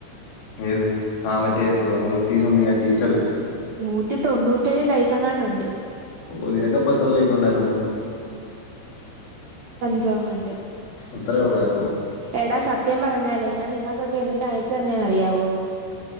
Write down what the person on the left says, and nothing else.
ഏത് ആ റ്റേ എന്തുവാ നൂറ്റി സംതിങ്ങ ആ ടീച്ചറ്
ഓ നിനക്കപ്പ എത്ര ലൈക് ഒണ്ടാര്ന്ന്
അത്രേ ഒള്ളാരുന്നോ